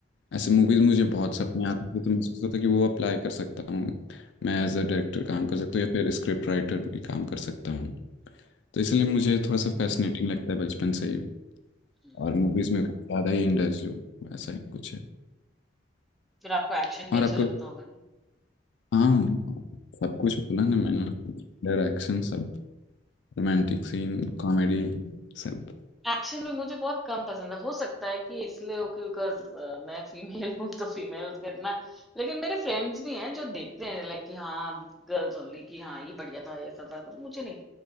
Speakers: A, on the left (about 70°); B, in the centre.
A: ऐसे मूवीज मुझे बहुत सपने आते थे तो मैं सोचता था कि वो अप्लाई कर सकता हूँ मैं एज अ डायरेक्टर काम कर सकता हूँ या फिर स्क्रिप्ट राइटर भी काम कर सकता हूँ तो इसलिए मुझे थोड़ा सा फैसिनेटिंग लगता है बचपन से ही
B: हम्म।
A: और मूवीज में कुछ ज़्यादा ही इंटरेस्ट जो ऐसा ही कुछ है
B: फिर आपको एक्शन
A: और
B: भी अच्छा
A: आपको
B: लगता होगा
A: हाँ सब कुछ बोला ना मैंने डायरेक्शन सब रोमांटिक सीन कॉमेडी सब
B: एक्शन भी मुझे बहुत कम पसंद है हो सकता है कि इसलिए हो कि बिकॉज मैं फीमेल हूँ तो फीमेल का इतना लेकिन मेरे फ्रेंड्स भी हैं जो देखते हैं लाइक कि हाँ गर्ल्स ओनली कि हाँ ये बढ़िया था ऐसा था तो मुझे नहीं